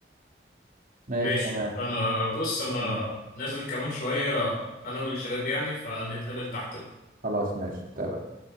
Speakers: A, on the right; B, on the left.
A: ماشي
B: ماشي
A: تمام
B: انا بص انا
A: تمام
B: نازل كمان شوية انا والشباب يعني فنتقابل تحت
A: خلاص ماشي تمام